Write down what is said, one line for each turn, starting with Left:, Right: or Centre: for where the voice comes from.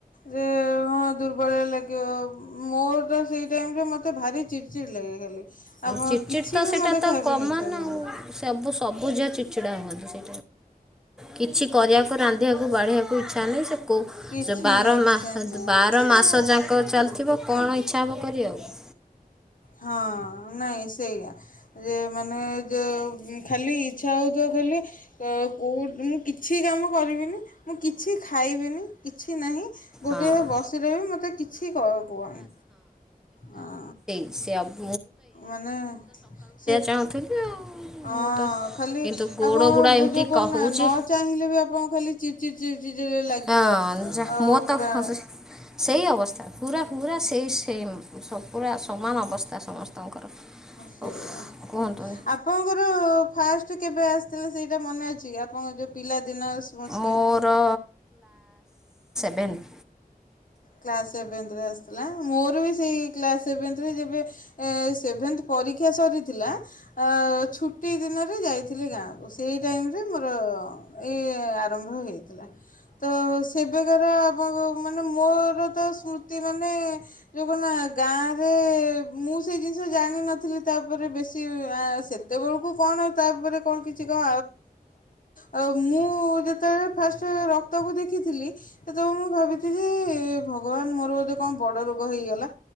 Left: ରେ ହଁ ଦୁର୍ବଳ ଲାଗିବ ମୋର ତ ସେଇ ଟାଇମ୍ ରେ ମୋତେ ଭାରି ଚିଡ଼୍ ଚିଡ଼୍ ଲାଗେ ଖାଲି। ଆମ
Centre: ଚିଡ୍
Left: କିଛି
Centre: ଚିଡ୍ ତ
Left: ବି
Centre: ସେଇଟା
Left: ମୋତେ
Centre: ତ
Left: ଖାଇବା
Centre: କମନ
Left: ପାଇଁ ଇଚ୍ଛା ହୁଏନି
Centre: ଆଉ ସବୁ ସବୁ ଯ ଚ ଛିଡ଼ା ହୁଅ ସେ କିଛି କରିବାକୁ ରାନ୍ଧିବାକୁ ବାଢିବାକୁ ଇଚଛା ନାହିଁ ସେ କୋ
Left: କିଛି
Centre: ସେ ବାର
Left: ନାହିଁ କିଛି
Centre: ମା ବାର
Left: ନାହିଁ
Centre: ମାସ ଯାକ ଚାଲିଥିବ କଣ
Left: ହଁ
Centre: ଇଚ୍ଛା ହେବ କରିଆକୁ।
Left: ହଁ ନହିଁ ସେଇା ଯେ ମାନେ ଯେ ଖାଲି ଇଚ୍ଛା ହେଉଥିବ ଖାଲି କେଉଁ ମୁଁ କିଛି କାମ କରିବିନି ମୁଁ କିଛି ଖାଇବିନି କିଛି ନାହିଁ ଗୋଟେ
Centre: ହଁ।
Left: ବସିଲେ ବି ମୋତେ କିଛି କୁହନି ହଁ।
Centre: ସେବ୍
Left: ମାନେ ସେ
Centre: ଚାହୁଁଥିଲି ଆଉ
Left: ହଁ
Centre: ମୁଁ ତ
Left: ଖାଲି
Centre: କିନ୍ତୁ ଗୋଡ଼
Left: ଆପଣ
Centre: ଗୁଡ଼ା ଏମିତି
Left: ଯେଉଁ କଣ
Centre: କହୁଛି
Left: ନା ନ ଚାହିଁଲେ ବି ଆପଣଙ୍କୁ ଖାଲି ଚି ଚିଡ଼ ଚି ଚି ଲାଗିବ
Centre: ହଁ ଯା
Left: ଆଉ।
Centre: ମୋ ତ
Left: ପୁରା
Centre: ସେଇ
Left: ହଁ
Centre: ଅବସ୍ଥା। ପୁରା ପୁରା ସେଇ ସେମ୍ ସବ ପୁରା ସମାନ ଅବସ୍ଥା ସମସ୍ତଙ୍କର
Left: ସେଇଆ
Centre: ଓ କୁହନ୍ତୁନି
Left: ଆପଣଙ୍କର ଫାଷ୍ଟ କେବେ ଆସିଥିଲେ ସେଇଟା ମନେ ଅଛି କି ଆପଣଙ୍କ ପିଲାଦିନର ସ୍ମୃତି
Centre: ମୋର ବନ୍ <inaudible>
Left: କ୍ଲାସ୍ ସେଭେନ୍ଥରେ ଆସିଥିଲା ମୋର ବି ସେଇ କ୍ଲାସ୍ ସେଭେନ୍ଥରେ ଯେବେ ସେଭେନ୍ଥ ପରୀକ୍ଷା ସରିଥିଲା ଛୁଟି ଦିନରେ ଯାଇଥିଲି ଗାଁକୁ ସେଇ ଟାଇମରେ ମୋର ଏ ଆରମ୍ଭ ହୋଇଇଥିଲା ତ ସେବେକାର ଆପଣ ମାନେ ମୋରତ ସ୍ମୃତି ମନେ ଜୟୁ ଗାଁ ରେ ମୁଁ ସେଇ ଜିନିଷ ଜାଣିନଥିଲେ ବେଶୀ ସେତବେଳକୁ କଣ ତାପରେ କିଛି ଥିଲା ଆଉ ମୁଁ ଯେତେବେଳେକି ଫାଷ୍ଟ ରକ୍ତକୁ ଦେଖିଥିଲି ସେତବେଲୁକୁ ମୁ ଭାବିଥିଲି ହେ ହେ ଭଗବାନମୋର ବୋଧେ କଣ ବୋର୍ଡର ରୋଗ ହେଇଗଲା